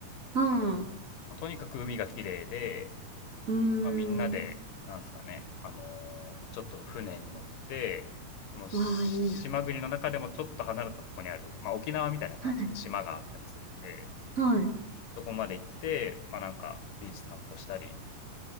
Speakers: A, on the right; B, on the left.
A: うん。う
B: まとにかく海が綺麗で、
A: ーん。
B: まあ、みんなで、なんですかね、あの、ちょっと船に乗って、その、島国の中でもちょっと離れたところにある、
A: わあ、いいな。
B: まあ、沖縄みたいな感じで島があったりするんで、
A: はい。はい。
B: そこまで行って、まあ、なんかビーチ散歩したり、